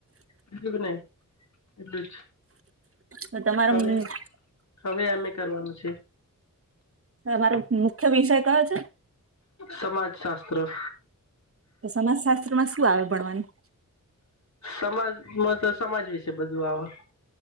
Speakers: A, on the left (about 55°); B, on the right (about 45°).
A: બીજું કે નહી એટલું જ.
B: હ તમારા
A: હવે
B: મમ્મી એ.
A: હવે અમે કરવાનું છે.
B: તમારો મુખ્ય વિષય કયો છે.
A: સમાજ શાસ્ત્ર.
B: તો સમાજ શાસ્ત્ર માં શું આવે ભણવાનું
A: સમાજમાં તો સમાજ વિશે બધું આવે.